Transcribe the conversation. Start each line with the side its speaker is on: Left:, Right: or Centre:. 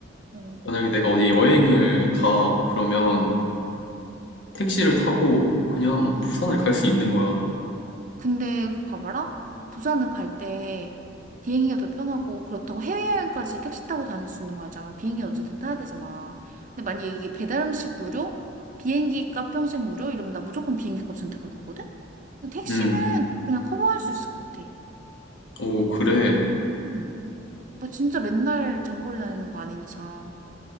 Right: 어,
Left: 만약에 내가 어디 여행을 가, 그러면 택시를 타고 그냥
Right: 응.
Left: 부산을 갈 수 있는 거야.
Right: 근데 봐봐라. 부산을 갈 때 비행기가 더 편하고 그렇다고 해외여행까지 택시 타고 다닐 수 있는 거 알잖아. 비행기는 어쨌든 타야 되잖아. 근데 만약에 이게 배달 음식 무료? 비행기 값 평생 무료? 이러면 나 무조건 비행기 값 선택할 거거든? 근데 택시는
Left: 음.
Right: 그냥 커버할 수 있을 것 같아.
Left: 오, 그래.
Right: 음. 뭐 진짜 맨날 장거리 다니는 거 아닌 이상.